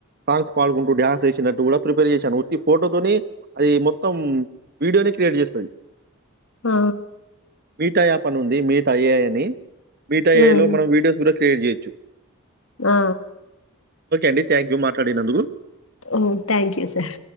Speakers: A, on the right; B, on the left.
A: సాంగ్స్ పాడుకుంటూ డ్యాన్స్ వేసినట్టు కూడా ప్రిపేర్ చేసాను ప్ర ఫోటోతోని అది మొత్తం వీడియోని క్రియేట్ చేస్తుంది
B: ఆ
A: మీట యాప్ అని ఉంది మీట్ ఐఐ అని మీట్ ఐఐ
B: ఉమ్
A: లో మనం వీడియోస్ కూడా క్రియేట్ చేయొచ్చు
B: ఆ
A: అండి. థ్యాంక్ యూ మాట్లాడినందుకు.
B: మ్మ్ థ్యాంక్ యూ సార్